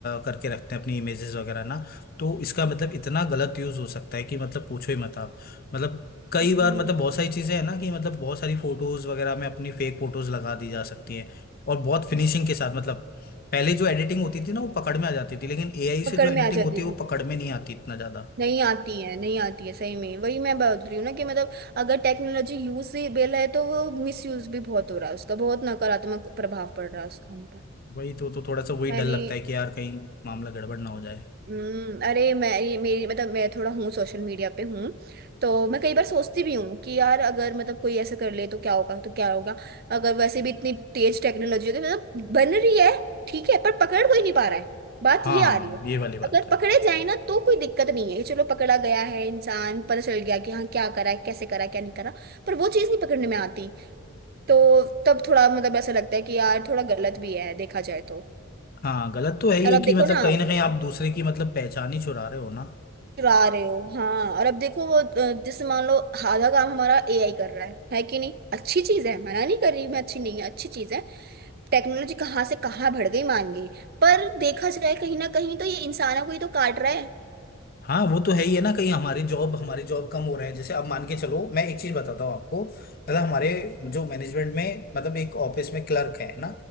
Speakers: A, on the left; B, on the right.
A: करके रखते हैं अपनी इमेजेस वगैरह ना तो इसका मतलब इतना गलत यूज हो सकता है कि मतलब पूछो ही मत आप मतलब कई
B: सीरियस
A: बार मतलब बहुत सारी चीजें हैं ना कि मतलब बहुत सारी फोटोज वगैरह में अपनी फेक फोटोज लगा दी जा सकती हैं और बहुत फिनिशिंग के साथ मतलब पहले जो एडिटिंग होती थी ना वो पकड़ में आ जाती थी लेकिन एआई
B: पकड़
A: से जो एडिटिंग
B: में आ जाती
A: होती है
B: थी
A: वो पकड़ में नहीं आती इतना ज्यादा
B: नहीं आती है नहीं आती है सही में वही मैं बोल रही हूँ ना कि मतलब अगर टेक्नोलॉजी यूजेबल है तो वो मिसयूज भी बहुत हो रहा है उसका बहुत नकारात्मक प्रभाव पड़ रहा है उसका हम पर
A: वही तो तो थोड़ा सा वही
B: मैंने
A: डर लगता है कि यार कहीं मामला गड़बड़ ना हो जाए
B: हम्म अरे मैं ये मेरी मतलब मैं थोड़ा हूँ सोशल मीडिया पे हूँ तो मैं कई बार सोचती भी हूँ कि यार अगर मतलब कोई ऐसा कर ले तो क्या होगा तो क्या होगा अगर वैसे भी इतनी तेज टेक्नोलॉजी होगी मतलब बन रही है ठीक है पर पकड़ कोई नहीं पा रहा है बात
A: हाँ
B: ये आ रही है
A: ये वाली बात
B: अगर
A: तो
B: पकड़े
A: है
B: जाए ना तो कोई दिक्कत नहीं है कि चलो पकड़ा गया है इंसान पता चल गया कि हाँ क्या करा है कैसे करा है, क्या नहीं करा पर वो चीज़ नहीं पकड़ने में आती तो तब थोड़ा मतलब ऐसा लगता है कि यार थोड़ा गलत भी है देखा जाए तो
A: हाँ गलत तो है ही
B: और
A: है
B: अब
A: कि
B: देखो
A: मतलब
B: ना
A: कहीं ना कहीं आप दूसरे की मतलब पहचान ही चुरा रहे हो ना
B: चुरा रहे हो हाँ और अब देखो वो अ, जैसे मान लो आधा काम हमारा एआई कर रहा है है कि नहीं अच्छी चीज है मना नहीं कर रही मैं अच्छी नहीं है अच्छी चीज है टेक्नोलॉजी कहाँ से कहाँ बढ़ गई मान गई पर देखा जाए कहीं ना कहीं तो ये इंसानों को ही तो काट रहा है
A: हाँ वो तो है ही है ना कहीं हमारी जॉब हमारी जॉब कम हो रहे हैं जैसे अब मान के चलो मैं एक चीज बताता हूँ आपको मतलब हमारे जो मैनेजमेंट में मतलब एक ऑफिस में क्लर्क है ना